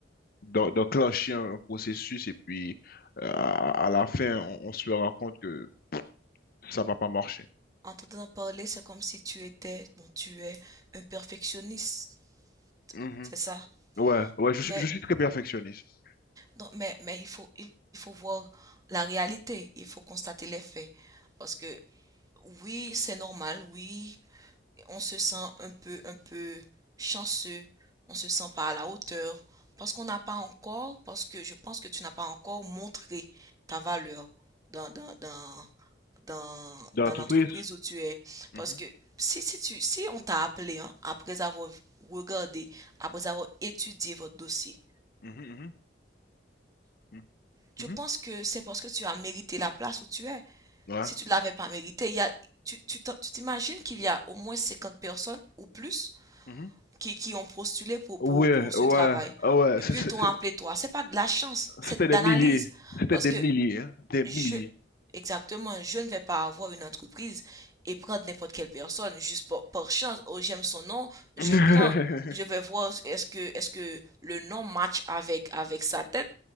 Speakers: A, on the left; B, on the right.
A: d'en- d'enclencher un, un processus et puis euh, à, à la fin, on, on se rend compte que ça va pas marcher.
B: en t'entendant parler, c'est comme si tu étais, bon, tu es un perfectionniste,
A: Mhm.
B: c'est ça?
A: Ouais, ouais, je, suis-
B: Mais,
A: je suis très perfectionniste.
B: non, mais, mais il faut, il faut voir la réalité, il faut constater les faits. Parce que oui, c'est normal, oui, on se sent un peu, un peu chanceux, on se sent pas à la hauteur, parce qu'on n'a pas encore, parce que je pense que tu n'as pas encore montré ta valeur dans, dans, dans, dans,
A: Dans
B: dans
A: l'entreprise?
B: l'entreprise où tu es.
A: Mhm,
B: Parce que si, si tu, si on t'a appelé, hein, après avoir regardé, après avoir étudié votre dossier,
A: mhm, mhm,
B: Je
A: mhm,
B: pense
A: mhm.
B: que c'est parce que tu as mérité la place où tu es.
A: Ouais.
B: Si tu ne l'avais pas mérité, il y a, tu, tu t'en- tu t'imagines qu'il y a au moins 50 personnes ou plus
A: Mhm.
B: qui, qui ont postulé pour,
A: Ouais,
B: pour, pour ce
A: ouais,
B: travail.
A: ah ouais,
B: Et
A: c'est
B: puis ils t'ont appelé toi. C'est pas de la chance, c'est
A: C'était
B: de
A: des
B: l'analyse.
A: milliers. C'était
B: Parce
A: des
B: que
A: milliers, hein, des milliers.
B: je, exactement, je ne vais pas avoir une entreprise et prendre n'importe quelle personne juste par, par chance. Oh, j'aime son nom,
A: <laughs>
B: je le prends. Je vais voir est-ce que, est-ce que le nom match avec, avec sa tête